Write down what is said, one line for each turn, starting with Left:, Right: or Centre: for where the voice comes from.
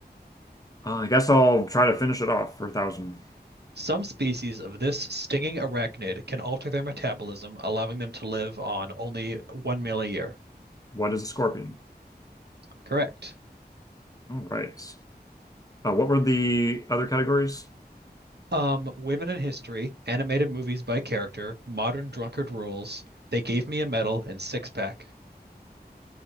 Left: Uh, I guess I'll try to finish it off for a thousand.
Right: Some species of this stinging arachnid can alter their metabolism, allowing them to live on only one meal a year.
Left: What is a scorpion?
Right: Correct.
Left: All right. Uh, what were the other categories?
Right: Um, women in history, animated movies by character, modern drunkard rules. They gave me a medal and six pack.